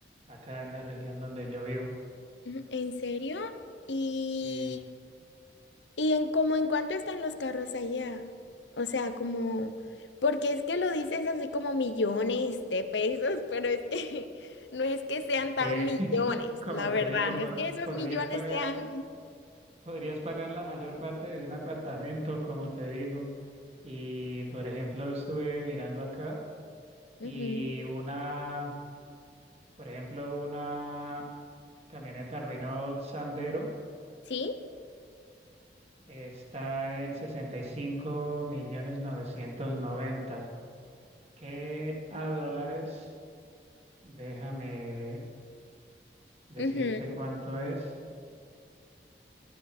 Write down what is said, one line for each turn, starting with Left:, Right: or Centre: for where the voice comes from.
Right: acá en la región donde yo vivo.
Left: Ujú, ¿En serio? Y,
Right: Y
Left: ¿Y en cómo en cuánto están los carros allá? O sea, como, porque es que lo dices así como millones de pesos, <laughs> pero es que <laughs> no es que sean
Right: es que,
Left: tan millones,
Right: <laughs> como
Left: la
Right: te
Left: verdad,
Right: digo,
Left: no
Right: po-
Left: es que esos
Right: podrías
Left: millones
Right: pagar,
Left: sean...
Right: podrías pagar la mayor parte de un apartamento, como te digo. Y, por ejemplo, estuve mirando acá y
Left: Ujú.
Right: una, por ejemplo, una camioneta Renault Sandero
Left: ¿Sí?
Right: Está en sesenta y cinco millones novecientos noventa. que a dólares, déjame decirte
Left: Ujú.
Right: cuánto es,